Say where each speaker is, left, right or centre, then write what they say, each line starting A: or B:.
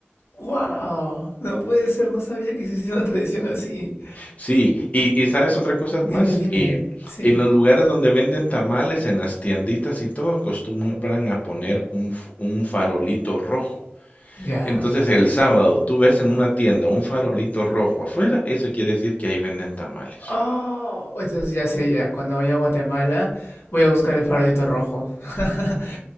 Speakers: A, on the left; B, on the left.
A: ¡Wow! No puede ser, no sabía que existía una tradición así.
B: Sí, y, y sabes otra cosa más,
A: Dime, dime.
B: y
A: Sí.
B: en los lugares donde venden tamales, en las tienditas y todo, acostumbran a poner un, f- un farolito rojo.
A: ¿Ya?
B: Entonces el sábado tú ves en una tienda un farolito rojo afuera, eso quiere decir que ahí venden tamales.
A: Oh, entonces ya sé, ya. Cuando vaya a Guatemala, voy a buscar el farolito rojo. <laughs>